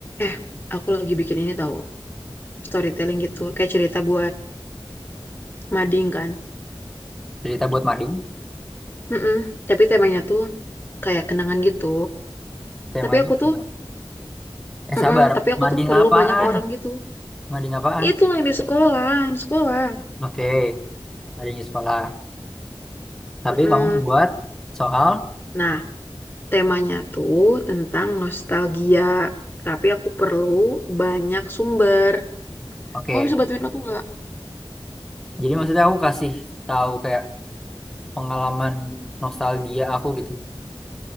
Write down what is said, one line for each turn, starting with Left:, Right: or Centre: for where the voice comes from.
Left: Eh, aku lagi bikin ini tahu storytelling gitu, kayak cerita buat mading kan.
Centre: Cerita buat mading,
Left: Mm-mm. Tapi temanya tuh kayak kenangan gitu.
Centre: temanya.
Left: Tapi aku
Centre: nah.
Left: tuh,
Centre: Eh
Left: mm-mm,
Centre: sabar,
Left: tapi aku
Centre: mading
Left: tuh perlu
Centre: apaan?
Left: banyak orang gitu.
Centre: Mading apaan?
Left: Itu yang di sekolah, yang di sekolah.
Centre: Oke, mading di sekolah. Tapi
Left: Mm-mm.
Centre: kamu buat soal,
Left: Nah, temanya tuh tentang nostalgia. Tapi aku perlu banyak sumber.
Centre: oke.
Left: Kamu bisa bantuin aku nggak?
Centre: Jadi maksudnya aku kasih tahu kayak pengalaman nostalgia aku gitu.